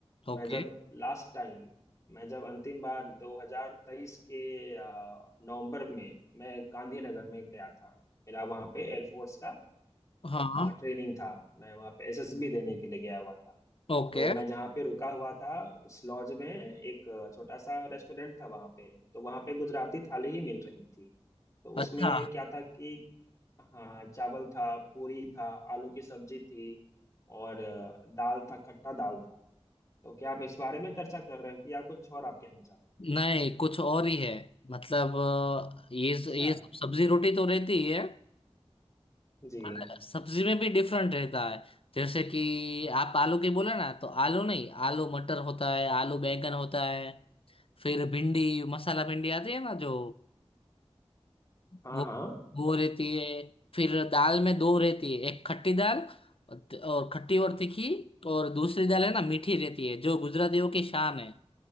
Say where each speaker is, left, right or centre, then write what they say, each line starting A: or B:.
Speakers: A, on the left; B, on the left.
A: ओके
B: मैं जब लास्ट टाइम मैं जब अंतिम बार 2023 के आ, नवंबर में मैं गांधीनगर में गया था मेरा वहाँ पे एयरफोर्स का
A: हाँ
B: ट्रेनिंग था मैं वहाँ पे एसएसबी देने के लिए गया हुआ था
A: ओके
B: तो मैं जहाँ पे रुका हुआ था उस लॉज में एक अ, छोटा सा रेस्टोरेंट था वहाँ पे तो वहाँ पे गुजराती थाली ही मिल रही थी तो उसमें
A: अच्छा
B: क्या था कि हाँ चावल था पूरी था आलू की सब्जी थी और अ, दाल था खट्टा दाल था तो क्या आप इस बारे में चर्चा कर रहे हो कि या कुछ और आप कहना चाह रहे हो
A: नहीं कुछ और ही है मतलब अ, ये
B: अच्छा
A: ये सब सब्जी रोटी तो रहती ही है
B: जी
A: पर सब्जी में भी डिफरेंट रहता है जैसे कि आप आलू की बोले ना तो आलू नहीं आलू मटर होता है आलू बैंगन होता है फिर भिंडी मसाला भिंडी आती है ना जो
B: हाँ
A: वो
B: हाँ
A: वो रहती है फिर दाल में दो रहती है एक खट्टी दाल और और खट्टी और तीखी और दूसरी दाल है ना मीठी रहती है जो गुजरातियों की शान है